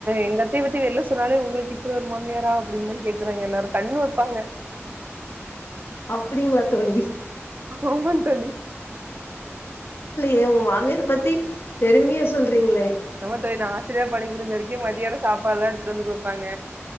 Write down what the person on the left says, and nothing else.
அப்டிங்களா தோழி
ஏ உங்க மாமியார் பத்தி பெருமையா சொல்றீங்களே